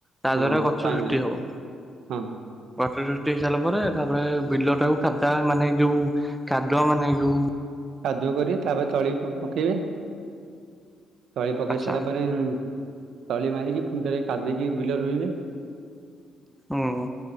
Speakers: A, in the centre; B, on the right.
A: ତା
B: ହଁ
A: ଦ୍ଵାରା ଗଛ
B: ପାଣି
A: ସୃଷ୍ଟି
B: ଦେବେ
A: ହବ।
B: ହଁ
A: ଗଛ ସୃଷ୍ଟି ହେଇସାଇଲା ପରେ ତାପରେ ବିଲ ଟାକୁ କାଦା ମାନେ ଯୋଉ କାଦୁଅ ମାନେ ଯୋଉ
B: କାଦୁଅ କରିବେ ତାପରେ ତଳି ପ-ପକେଇବେ। ତଳି ପକେଇ
A: ଆଚ୍ଛା
B: ସାରିଲା ପରେ ଉଁ ତଳି ମାରିକି ଫୁଣି ଥରେ କାଦେଇକି ବିଲ ରୁଇଁବେ।
A: ଅହୋ।